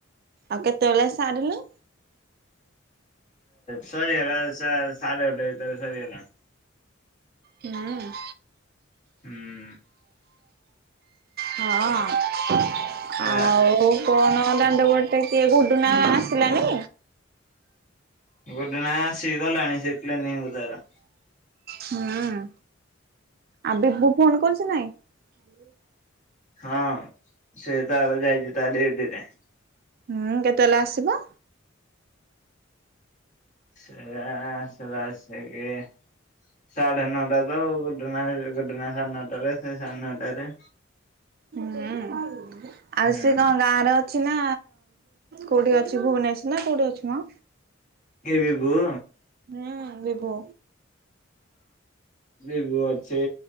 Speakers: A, on the right (about 50°); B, on the left (about 40°).
A: ଆଉ କେତେବେଳେ ସାରିଲୁ?
B: ସରିଗଲା। ଶା ଶାଡେ ଗୋଟେ ଭିତରେ ସରିଗଲା।
A: ହୁଁ।
B: ହୁଁ।
A: ହଁ
B: ଆ
A: ଆଉ କଣ ଦାଣ୍ଡବଟେ ତ କିଏ ଗୁଡ଼ୁନା ଆସିଲାଣି?
B: ଗୁଡୁନା ଆସିିଗଲାଣି, ସେ କ୍ଲିନିକ୍ ରୁ ତାର।
A: ହୁଁ। ଆ ବିଭୁ ଫୋନ କରୁଛି ନାଇଁ। <unintelligible>
B: ହଁ ସେ ତାର ଯାଇଛି ତା ଡିଉଟିରେ।
A: ଉଁ କେତେବେଲେ ଆସିବ?
B: ସେ ଆ ଆସିଲା ଆସିକି ସାଢେ ନଅଟା ତ ଆଉ। ଗୁଡୁନା ଗୁଡୁନା ସାଢ଼େ ନଅଟା ରେ ସେ ସାଢେ ନଅଟାରେ।
A: ହୁଁ ଆଉ
B: ହୁଁ।
A: ସେ କଣ ଗାଁରେ ଅଛି ନା, କୋଉଠି ଅଛି ଭୁବନେଶ୍ ନା କୋଉଠି ଅଛି ମଁ?
B: କିଏ ବିିଭୁ?
A: ହଁ ବିଭୁ।
B: ବିଭୁ ଅଛି,